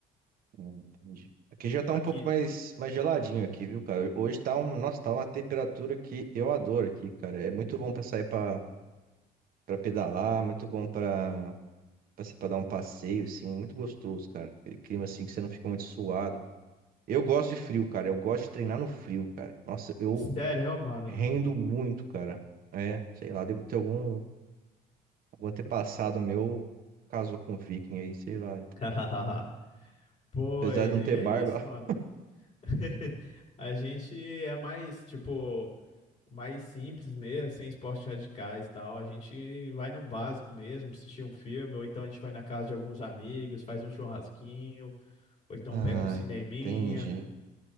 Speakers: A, on the right; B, on the left.
A: Hum, Entendi. Aqui já tá
B: Aqui.
A: um pouco mais, mais geladinho aqui, viu, cara? Hoje tá um, nossa, tá uma temperatura que eu adoro aqui, cara. É muito bom pra sair pra, pra pedalar, muito bom pra, pra, se- pra dar um passeio, assim, muito gostoso, cara. Aquele clima assim que você não fica muito suado. Eu gosto de frio, cara. Eu gosto de treinar no frio, cara. Nossa, eu
B: Sério, ó, mano.
A: rendo muito, cara. É, sei lá, devo ter algum O antepassado meu casou com um viking aí, sei lá.
B: <laughs> Pô,
A: Apesar
B: e,
A: de não ter
B: e é
A: barba.
B: isso, mano.
A: <laughs>
B: <laughs> A gente é mais, tipo. mais simples mesmo, sem esportes radicais e tal. A gente vai no básico mesmo, assistir um filme, ou então a gente vai na casa de alguns amigos, faz um churrasquinho, ou então
A: Ah,
B: pega um cineminha.
A: entendi.